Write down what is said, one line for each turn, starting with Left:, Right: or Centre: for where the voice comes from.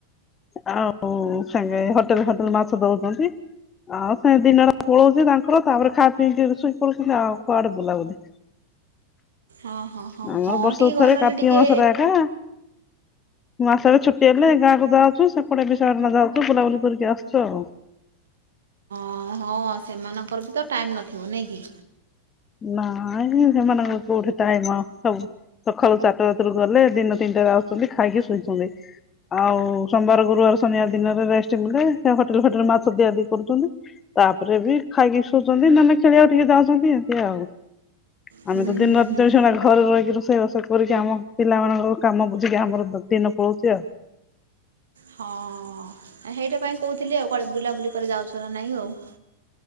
Left: ଆଉ ସାଙ୍ଗେ ହୋଟେଲ ଫୋଟେଲ ମାଛ ଦଉଛନ୍ତି। ଆଉ ସେ ଦିନ ଟା ପଳଉଛି ତାଙ୍କର ତାପରେ ଖାଇ ପିଇକି ଶୋଇ ପଡଉଛନ୍ତି। ଆଉ କୁଆଡେ ବୁଲାବୁଲି
Right: ଓଁ ହଁ ହଁ
Left: ଆମର
Right: ହଁ
Left: ବର୍ଷ
Right: ଟିକେ ଘରେ
Left: ଥରେ
Right: ରହିଲେ
Left: କାର୍ତ୍ତିକ
Right: ଟିକେ
Left: ମାସଟା ଏକା ମୁଁ ଆସେ ଛୁଟି ହେଲେ ଗାଁକୁ ଯାଉଛୁ ସେପଟେ ବିଶାଖାପାଟଣା ଯାଉଛୁ ବୁଲାୁଲି କରିକି ଆସୁ ଆଉ।
Right: ହଁ, ହଁ ସେମାନଙ୍କର ବି ତ ଟାଇମ୍ ନଥିବ ନାଇଁ କି।
Left: ନାଇ, ସେମାନଙ୍କର କୋଉଠି ଟାଇମ ହବ, ସବୁ ସକାଳୁ ଚାରିଟା ରାତିରୁ ଗଲେ ଦିନ ତିନିଟାାରେ ଆସୁଛନ୍ତି ଖାଇକି ଶୋଇଛନ୍ତି। ଆଉ ସୋମବାର ଗୁରୁବାର ଶନିବାର ଦିନରେ ରେଷ୍ଟ ନେଲେ, ହୋଟେଲ ଫୋଟେଲ ମାଛ ଦିଆ ଦୁଇ କରୁଛନ୍ତି। ତାପରେ ବି ଖାଇକି ଶୋଉଛନ୍ତି ନହେଲେ ଖେଳିବାକୁ ଟିକେ ଯାଉଛନ୍ତି, ଏମିତି ଆଉ।
Right: ହୁଁ
Left: ଆମେ ତ ଦିନ
Right: ହୁଁ
Left: ରାତି
Right: ହୁଁ
Left: ଚଵିଶ ଘଣ୍ଟା ଘରେ ରହିକି ରୋଷେଇ ବାସ କରିକି ଆମ ପିଲାମାନଙ୍କର କାମ ବୁଝିକି ଆମର ଦିନ ପଳୁଛି ଆଉ।
Right: ହଁ -ସେଇଟା ପାଇଁ କହୁଥିଲି ଆଉ କୁଆଡ଼େ ବୁଲାବୁଲି କରି ଯାଉଛ ନା ନାଇଁ ଆଉ?